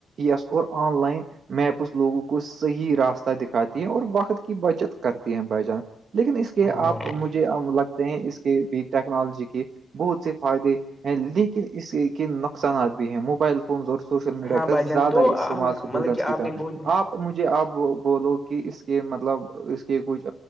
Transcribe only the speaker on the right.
یس اور آن لائن میپس لوگوں کو صحیح راستہ دکھاتی ہیں اور وقت کی بچت کرتی ہیں بائی جان لیکن اس کے
آپ
مجھے لگتے ہیں اس کے بھی ٹیکنالوجی کی بہت سے فائدے ہیں لیکن اس کے نقصانات بھی ہیں موبائل اور سوشل میڈیا
کا
زیادہ
استعمال
اسٹوڈینٹس
کی
تھا
آپ مجھے آپ بولو کہ اس کے مطلب اس کے کچھ